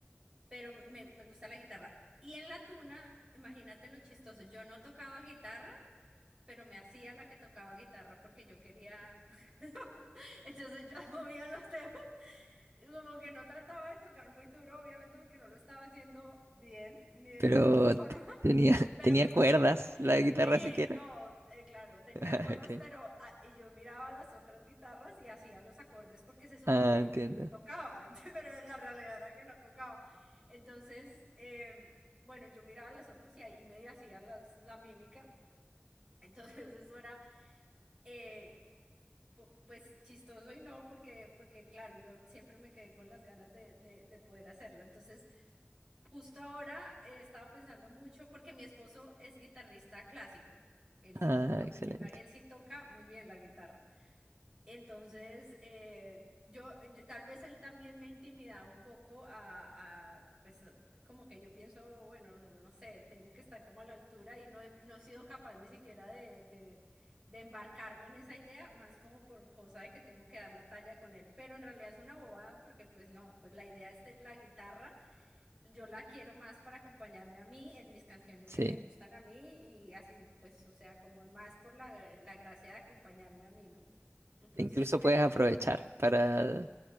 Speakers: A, on the right (about 15°); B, on the right (about 80°).
A: pero me, me gusta la guitarra. Y en la tuna, imagínate lo chistoso, yo no tocaba guitarra, pero me hacía la que tocaba guitarra porque yo quería <laughs> entonces yo movía los dedos como que no trataba de tocar muy duro, obviamente porque no lo estaba haciendo bien, ni de
B: Pero
A: ninguna <laughs> forma,
B: t- tenía, <laughs>
A: pero
B: tenía cuerdas, la guitarra
A: sí,
B: siquiera.
A: no, eh, claro, tenía
B: <laughs> Ah,
A: cuerdas,
B: Ok.
A: pero ah, y yo miraba las otras guitarras y hacía los acordes porque se suponía
B: Ah, entiendo.
A: que yo tocaba, <laughs> ent- pero la realidad era que no tocaba. Entonces, eh, bueno, yo miraba a las otras y ahí medio hacía las, la mímica, entonces eso era... eh, Bu- Pues chistoso y no, porque, porque claro, yo siempre me quedé con las ganas de, de, de poder hacerlo. Entonces, justo ahora he estado pensando mucho porque mi esposo es guitarrista clásico. Él sí
B: Ah,
A: toca muy
B: excelente.
A: bien la, él sí toca muy bien la guitarra. Entonces, eh, yo, yo- tal vez él también me intimidaba un poco a, a, pues a- como que yo pienso, bueno, no, no sé, tengo que estar como a la altura y no he, no he sido capaz ni siquiera de, de, de embarcarme en esa idea, más como por cosa de que tengo que dar la talla con él, pero en realidad es una bobada porque pues no, pues la idea es te- la guitarra yo la quiero más para acompañarme a mí en mis canciones
B: Sí,
A: que me gustan a mí y así, pues, o sea, como más por la, la gracia de acompañarme a mí, ¿no? Entonces,
B: incluso
A: pero,
B: puedes
A: ¿y
B: aprovechar
A: tú?
B: para,